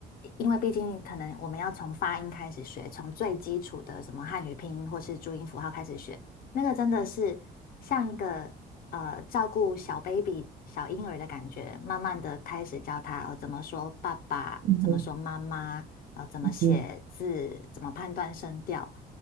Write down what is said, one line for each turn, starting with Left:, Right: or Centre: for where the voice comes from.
Left: 因为毕竟可能我们要从发音开始学，从最基础的什么汉语拼音或是注音符号开始学，那个真的是像一个呃照顾小 baby 小婴儿的感觉，慢慢的开始教他、呃、怎么说爸爸，
Right: 嗯
Left: 怎么说妈妈。呃怎么写字，
Right: 哼嗯，
Left: 怎么判断声调。